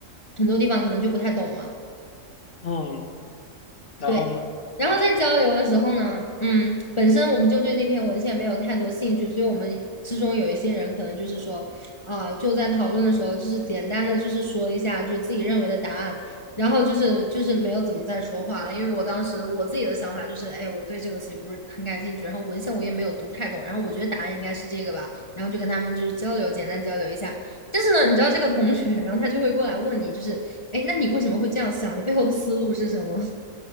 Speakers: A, on the left (about 25°); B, on the left (about 45°).
A: 很多地方可能就不太懂嘛。
B: 嗯，然后呢？
A: 对，然后在交流的时候呢，嗯，本身我们就对那篇文献没有太多兴趣，所以我们之中有一些人可能就是说，啊、就在讨论的时候，就是简单的就是说了一下，就自己认为的答案，然后就是就是没有怎么再说话了，因为我当时我自己的想法就是，哎，我对这个其实不是很感兴趣，然后文献我也没有读太懂，然后我觉得答案应该是这个吧，然后就跟他们就是交流，简单交流一下，但是呢，你知道这个同学，然后他就会过来问你，就是，哎，那你为什么会这样想？你背后的思路是什么？